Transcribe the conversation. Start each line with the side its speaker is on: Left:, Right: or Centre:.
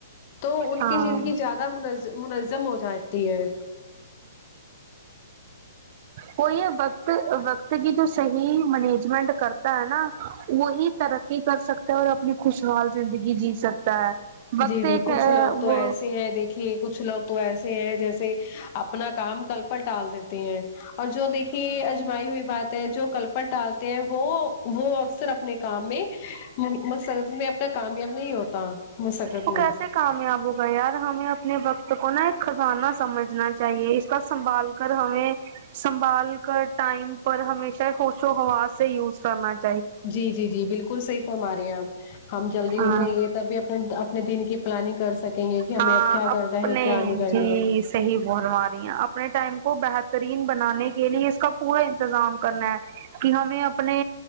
Left: تو ان
Right: ہاں
Left: کی زندگی زیادہ من منظم ہو جاتی ہے
Right: وہ یہ وقت وقت کی جو صحیح مینجمنٹ کرتا ہے نا وہی ترقی کر سکتا ہے اور اپنی خوشحال زندگی جی سکتا ہے وقت
Left: جی جی
Right: ایک
Left: کچھ لوگ تو
Right: وہ
Left: ایسے ہیں دیک کہ کچھ لوگ تو ایسے ہیں جیسے اپنا کام کل پل ٹال دیتے ہیں اور جو دیکھیے اجمائی ہوئی بات جو کلپٹ ڈالتے ہیں وہ وہ اکثر اپنے کام میں مقصد میں اپنا کامیاب نہیں ہوتا مسقط
Right: وہ کیسے
Left: میں
Right: کامیاب ہو گئے یار ہمیں اپنے وقت کو نا ایک خزانہ سمجھنا چاہیے اس کا سنبھال کر ہمیں سنبھال کر ٹائم پر ہمیشہ ہی خش و ہواز سے یوز کرنا چی
Left: جی جی جی بالکل صحیح فرما رہے ہے آپ ہم جلدی
Right: ہاں
Left: اٹھیں گے تبھی اپنے اپنے دن کی پلاننگ کر سکیں گے کہ ہمیں
Right: ہاں
Left: اب کیا
Right: اپنے
Left: کرنا ہے کیا نہیں کرنا
Right: جی صحیح فرما رہے ہیں آپ اپنے ٹائم کو بہترین بنانے کے لیے اس کا پورا انتظام کرنا ہے کہ ہمیں اپنے